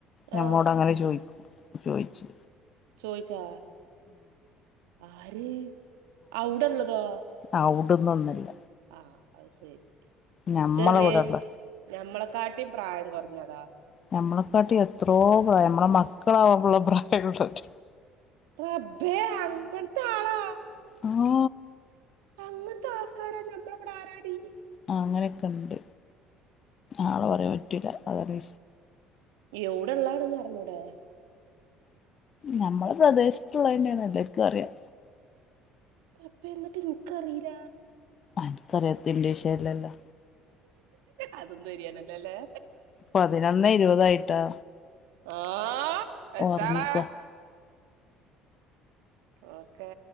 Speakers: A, on the left (about 45°); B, on the right (about 80°).
A: ഞമ്മോട്ങ്ങനെ
B: ആഹ്
A: ചോയ്ക്കും ചോയ്ച്ച്
B: ചോയ്ച്ചോ ആര് അവടെള്ളതോ
A: അവ്ടുന്നൊന്നല്ല
B: ആ അത് സെരി
A: ഞമ്മള
B: ചെറിയെ
A: ഇവിടെള്ള
B: ഞമ്മളെക്കാട്ടും പ്രായം കൊർഞ്ഞതോ
A: ഞമ്മളെക്കാട്ടി എത്രോ പ്രായ ഞമ്മളെ മക്കളാവാള്ള പ്രായ <unintelligible>
B: റബ്ബേ അങ്ങൻത്താളാ
A: അ ഓ
B: അങ്ങൻത്തെ ആൾക്കാരാ ഞമ്മളവടെ ആരാടീ
A: ആ അങ്ങനെക്കെ ണ്ട് ആളെ പറയാൻ പറ്റൂല്ല അതറി
B: എവിടെള്ളതാന്നർഞ്ഞൂടെ
A: ഞമ്മളെ പ്രദേശത്ത്ള്ളതെന്നെണ് എല്ലർക്കറിയാ
B: റബ്ബേ ന്ന്ട്ട് ഇൻക്കറില്ല
A: അൻക്കറിയാത്തത് ന്റെ വിഷയല്ലല്ലോ
B: അതും സെരിയാണല്ലോ ല്ലേ
A: പതിനൊന്നേ ഇരുപതായിട്ടൊ
B: ആ വെച്ചാളെ
A: ഒറങ്ങിക്ക
B: ഓക്കെ